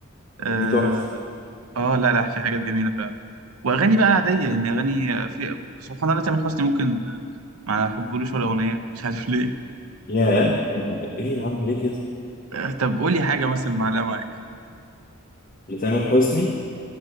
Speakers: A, on the right; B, on the left.
A: آه،
B: دي تحفه
A: اه لا لا في حاجات جميله فعلا واغاني بقى عاديه يعني اغاني في سبحان الله تامر حسني ممكن آه، ما احبولوش ولا اغنيه مش عارف <laughs> ليه
B: ياه ايه يا عم ليه كده
A: آه، طب قولي حاجه مثلا معلقه معاك
B: لتامر حسني